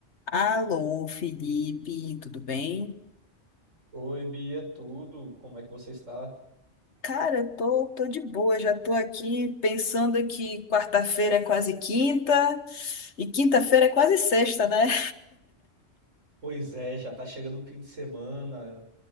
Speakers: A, on the left (about 65°); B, on the right (about 90°).
A: Alô, Felipe, tudo bem?
B: Oi, Bia, tudo? Como é que você está?
A: Cara, eu tô, tô de boa, já tô aqui pensando que quarta-feira é quase quinta e quinta-feira é quase sexta, né?
B: Pois é, já tá chegando o fim de semana.